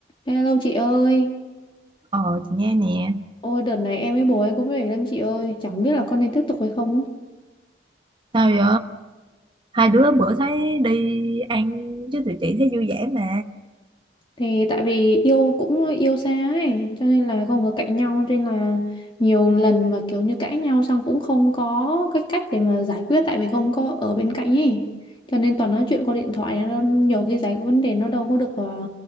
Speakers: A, on the left (about 25°); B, on the right (about 25°).
A: Hello chị ơi,
B: Ờ chị nghe nè
A: ôi đợt này em với bố em cũng để lắm chị ơi, chẳng biết là con nên tiếp tục hay không á.
B: Sao vậy Hai đứa bữa thấy đi ăn chứ tụi chị thấy vui vẻ mà
A: Thì tại vì yêu cũng yêu xa ấy, cho nên là không có cạnh nhau, cho nên là nhiều lần mà kiểu như cãi nhau xong cũng không có cái cách để mà giải quyết tại vì không có ở bên cạnh ấy. Cho nên toàn nói chuyện qua điện thoại, nó nhiều khi giải vấn đề nó đâu có được ờ,